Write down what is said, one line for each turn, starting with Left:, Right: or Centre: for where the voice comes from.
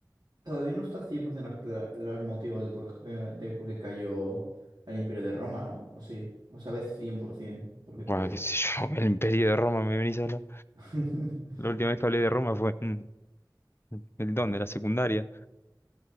Right: Todavía no está 100% las cla- los motivos de por, eh, de por qué cayó el Imperio de Roma, ¿no? ¿O sí? ¿O sabes 100% por ciento por qué
Left: Bueno,
Right: cayó?
Left: qué sé yo, <laughs> el imperio de Roma, me venís a hablar.
Right: <laughs>
Left: La última vez que hablé de Roma fue en el dónde, la secundaria.